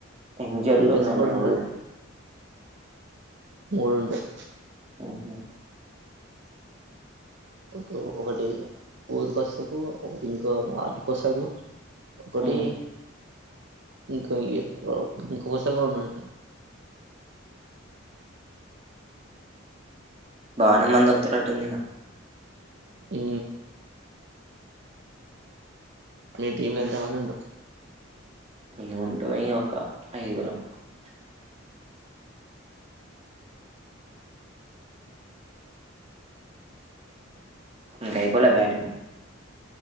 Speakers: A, on the right (about 30°); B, on the right (about 55°).
A: ఎన్ని చెరువులు
B: డ్రెస్
A: ఉన్నాయి
B: కోడ్
A: మీ
B: ఉంటది
A: ఊళ్ళో
B: కదా మూడు ఉంటాయి
A: ఆహ
B: ఒక ఒకటి ఊరి కోసకు ఒకటి ఇంకో ఆటు కోసకు ఒకటి
A: ఉ
B: ఇంకా ఇకా ఈ కోసకు ఉండుంటే
A: బానే మంది ఒత్తురట్టు ఉందిగా
B: ఉ పిటీమ్ లో ఎంత మంది ఉంటారు
A: మేము ఉంటాం ఇగ ఒక ఐదుగురం ఇంకా అయిపోలే బ్యాటింగ్